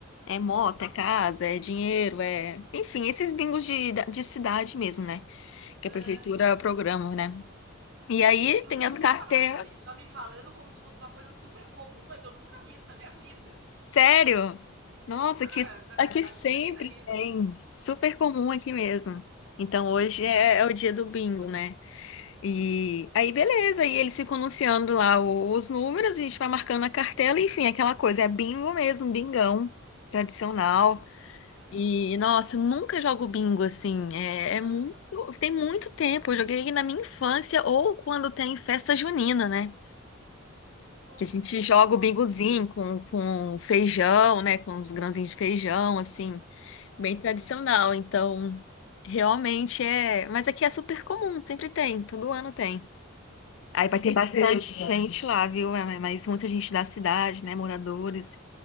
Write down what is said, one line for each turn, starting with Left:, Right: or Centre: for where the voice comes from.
Left: É moto,
Right: ah,
Left: é casa, é dinheiro, é, enfim, esses bingos de, de cidade mesmo, né?
Right: ah.
Left: Que a prefeitura programa, né? E aí
Right: Eu
Left: tem
Right: nunca
Left: as
Right: ouvi
Left: carteiras.
Right: falar, tu tá me, tu tá me falando como se fosse uma coisa super comum, mas eu nunca vi isso na minha vida.
Left: Sério? Nossa,
Right: Nunca!
Left: aqui,
Right: Na minha
Left: aqui
Right: cidade
Left: sempre
Right: não tem isso aí.
Left: tem. Super comum aqui mesmo. Então hoje
Right: Nossa,
Left: é, é o dia do bingo, né? E aí, beleza, aí eles ficam anunciando lá o- os números, a gente vai marcando a cartela, enfim, aquela coisa. É bingo mesmo, bingão tradicional.
Right: cara.
Left: E, nossa, eu nunca jogo bingo assim. É,
Right: Aham.
Left: é muito, tem muito tempo. Eu joguei na minha infância ou quando tem festa junina, né?
Right: Que loucura.
Left: que a gente joga o bingozinho com, com feijão, né? Com os grãozinhos de feijão, assim,
Right: Aham.
Left: bem tradicional. Então, realmente
Right: Nossa.
Left: é. Mas aqui é super comum, sempre tem, todo ano tem.
Right: Que
Left: Aí vai
Right: interessante.
Left: ter bastante gente lá, viu? É, Mas muita gente da cidade, né? Moradores.